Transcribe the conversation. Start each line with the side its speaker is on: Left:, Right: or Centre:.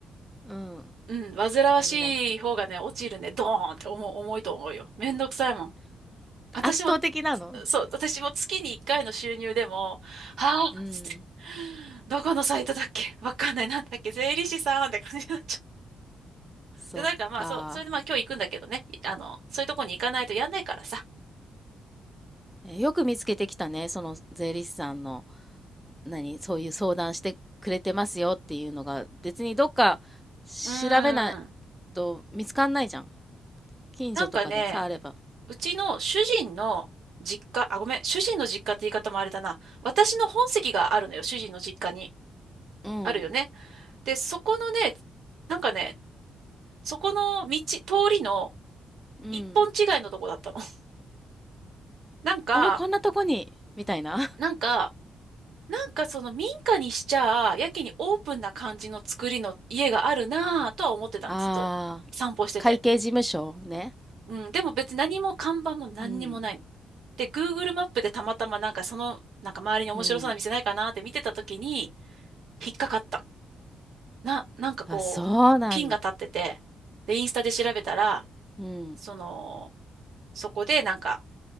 Centre: うん、
Right: うん、煩わしい方がね、
Centre: 何々、
Right: 落ちるね、ドーンって重、重いと思うよ。めんどくさいもん。私も、
Centre: 圧倒的なの。
Right: そう、私も月に1回の収入でも、はぁ、
Centre: うん、
Right: つって、どこのサイトだっけわかんない、なんだっけ、税理士さんって感じになっちゃう。
Centre: そっか。
Right: で、なんかまあ、そう、それでまあ今日行くんだけどね。いあの、そういうとこに行かないとやんないからさ。
Centre: えよく見つけてきたね、その税理士さんの、何、そういう相談してくれてますよっていうのが、別にどっか調べない
Right: うーん。
Centre: と見つかんないじゃん。近所とかでさ、
Right: なんかね、
Centre: あれば。
Right: うちの主人の実家、あ、ごめん、主人の実家って言い方もあれだな。私の本籍があるのよ、主人の実家に。
Centre: うん、
Right: あるよね。で、そこのね、なんかね、そこの道、通りの
Centre: うん。
Right: 一本違いのとこだったの。<laughs> なんか、
Centre: 俺こんなとこに、みたいな。
Right: なんか、なんかその民家にしちゃ、やけにオープンな感じの作りの家があるなぁとは思ってたんですずっと。
Centre: <laughs> ああ、
Right: 散歩してて。
Centre: 会計事務所ね。
Right: うん、でも別に何も看板も何にもないの。
Centre: うん、
Right: で、Google マップでたまたまなんかその、なんか周りに面白そうな店ないかなって見てた時に、
Centre: うん。
Right: 引っかかったの。な、なんかこう、
Centre: あ、そうなんだ。
Right: ピンが立ってて、で、インスタで調べたら、
Centre: うん、
Right: その、そこでなんか、